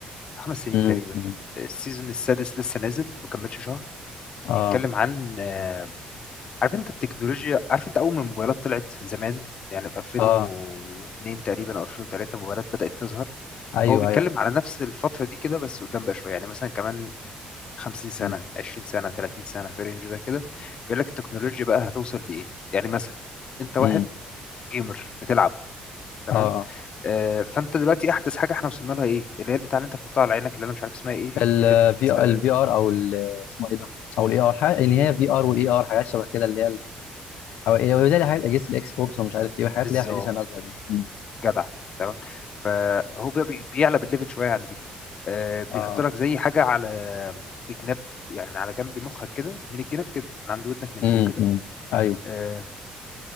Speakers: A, on the left; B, on the left.
A: خمس سنين
B: امم
A: تقريبا السيزون السادس لسه نازل ما كملش شهر
B: اه
A: بيتكلم عن آه، عارف انت التكنولوجيا عارف انت اول ما الموبايلات طلعت زمان يعني في 2002
B: اه
A: تقريبا او 2003 موبايلات بدأت تظهر
B: ايوه
A: هو بيتكلم
B: ايوه
A: على نفس الفترة دي كده بس قدام بقى شوية يعني مثلا كمان 50 سنة
B: امم
A: 20 سنة 30 سنة في الرينج ده كده بيقول لك التكنولوجيا بقى هتوصل لإيه يعني مثلا انت واحد
B: امم
A: جيمر بتلعب تمام
B: اه
A: آه فانت دلوقتي احدث حاجة احنا وصلنا لها ايه اللي هي البتاع اللي انت بتحطها على عينك اللي انا مش عارف اسمها ايه دي
B: الفي
A: اللي بتلبسها
B: الفي ار او ال- اسمه ايه ده او الاي ار حاجه يعني هي في ار واي ار حاجات شبه كده اللي هي ال- او إيه، زي حاجات اجهزه الاكس بوكس ومش عارف ايه وحاجات
A: بالظبط
B: اللي هي الحديثه نازله دي مم.
A: جدع تمام فهو بقى بي- بيعلى بالليفل شويه عن دي آه، بيحط
B: اه
A: لك زي حاجه على في جناب يعني من على جنب مخك كده من الجناب كده من عند ودنك من
B: امم
A: فوق كده
B: امم ايوه
A: آه،